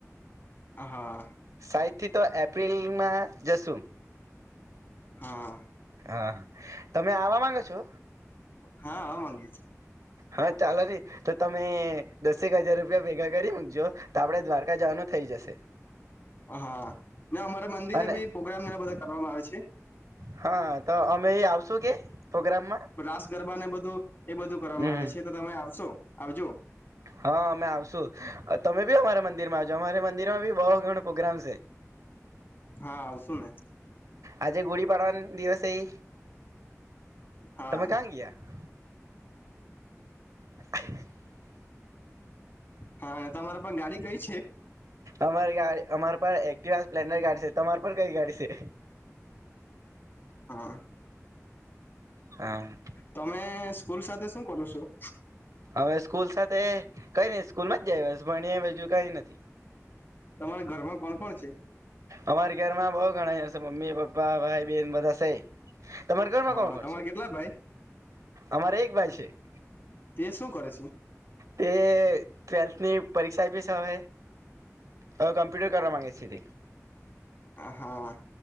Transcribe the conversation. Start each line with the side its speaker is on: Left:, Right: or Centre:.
Left: હા
Right: સાયદથી તો એપ્રિલમાં જશું
Left: હા
Right: હા તમે આવા માંગો છો
Left: હા આવવા માંગીએ
Right: હા ચાલો ને તો તમે દસેક હજાર રૂપ રૂપિયા ભેગા કરી મૂકજો, તો આપડે દ્વારકા જવાનું થઈ જશે.
Left: હા, અમારે મંદિરે
Right: અને
Left: બી પ્રોગ્રામ ને બધા કરવામાં આવે છે.
Right: હા, તો અમે એ આવશું કે. પ્રોગ્રામમાં
Left: રાસ ગરબા ને બધું એ બધું કરવામાં
Right: હમ
Left: આવે છે. તો તમે આવશો. આવજો.
Right: હા, અમે આવશું. તમે બી અમારા મંદિર માં આવજો અમારે મંદિર માં બી બહુ ઘણો પ્રોગ્રામ છે.
Left: હા આવશું ને
Right: આજે, ગુડી પડવા ના દિવસે એ.
Left: હા
Right: તમે કયા ગયાં. અવાજ નથી. <unintelligible>
Left: હા અને તમારા પણ ગાડી કઈ છે
Right: અમારી ગાડી અમારી પાસે એક્ટીવા, સ્પ્લેન્ડર ગાડી છે. તમારી પર કઈ ગાડી છે.
Left: હા
Right: હા
Left: તમે સ્કૂલ, વિચાર શું કરો છો. <unintelligible> <inaudible> હ, <unintelligible>
Right: હવે સ્કૂલ સાથે કઈ નઈ સ્કૂલ જાય એસ ભણવા. <unintelligible> કઈ નથી.
Left: તમારા ઘરમાં કોણ, કોણ, છે.
Right: અમારી ઘર માં બઉ ઘણા જશે મમ્મી પપ્પા ભાઈ બેન બધા છે. તમારા ઘરમાં
Left: હા
Right: કોણ કોણ
Left: તમારે
Right: છે.
Left: કેટલા ભાઈ
Right: અમારે એક ભાઈ છે. છે. <unintelligible>
Left: તે શું કરે છે
Right: તે ટ્વેલ્થ ની પરીક્ષા આપી છે. હવે હવે કમ્પ્યુટર કરવા માગે છી. તે
Left: હા,